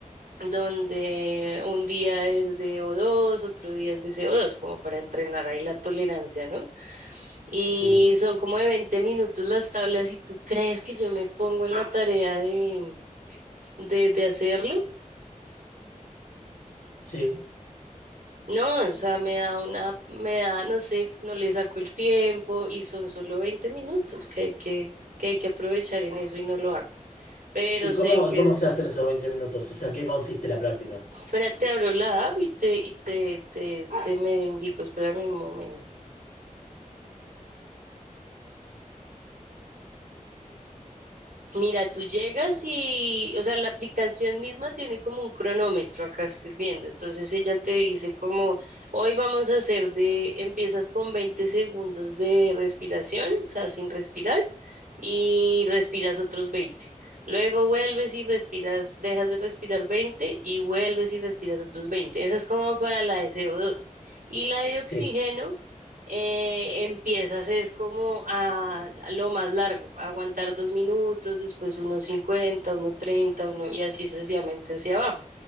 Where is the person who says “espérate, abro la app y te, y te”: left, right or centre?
Right